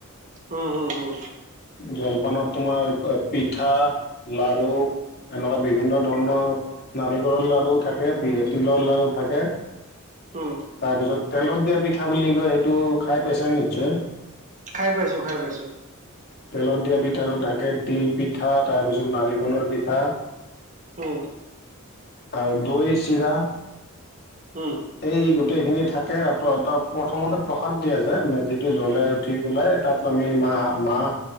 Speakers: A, on the right; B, on the left.
A: হম হুম হুম
B: জলপানত তোমাৰ পিঠা লাৰু এনেকুৱা বিভিন্ন ধৰণৰ নাৰিকলৰ লাৰু থাকে তিলৰ লাৰু থাকে
A: উম
B: তাৰ পিছত তেলত দিয়া পিঠা বুলি কয় সেইটো খাই পাইছেনে নিশ্চয়
A: খাই পাইছো খাই পাইছো।
B: তেলত দিয়া পিঠাটো থাকে, তিল পিঠা তাৰপিছত নাৰিকলৰ পিঠা।
A: উম।
B: আৰু দৈ চিৰা।
A: উম।
B: এই গোটেই খিনি থাকে প্ৰথমতে প্ৰসাদ দিয়া যে মেজিটো জ্বলে। ঠিক ওলাই তাত আমি মাহ মাহ।